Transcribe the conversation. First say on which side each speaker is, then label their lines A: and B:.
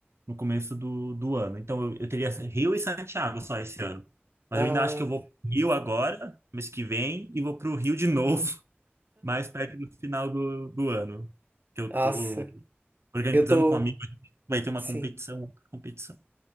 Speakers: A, on the right (about 80°); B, on the right (about 45°).
A: no começo do, do ano. Então eu, eu teria Rio e Santiago só esse ano. Mas
B: Ah,
A: eu ainda acho que eu vou pro Rio agora, mês que vem, e vou para o Rio de novo, <laughs> mais perto do final do, do ano. Que eu
B: nossa.
A: tô organizando
B: Eu tô...
A: com um amigo, vai ter uma
B: Sim.
A: competição, competição